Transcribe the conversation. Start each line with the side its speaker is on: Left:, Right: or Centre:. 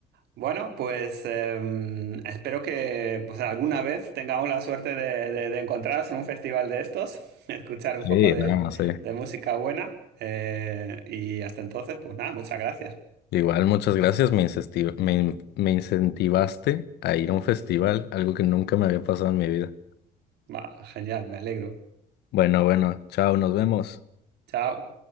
Right: Bueno, pues em, espero que pues, alguna vez tengamos la suerte de, de- de encontrarnos en un festival de estos, <laughs> escuchar
Left: sí,
Right: un poco de,
Left: no, sí.
Right: de música buena. eh, y hasta entonces, pues nada, muchas gracias.
Left: Igual, muchas gracias. Me incesti- me in- me incentivaste a ir a un festival, algo que nunca me había pasado en mi vida.
Right: Va, genial, me alegro.
Left: Bueno, bueno, chao, nos vemos.
Right: Chao.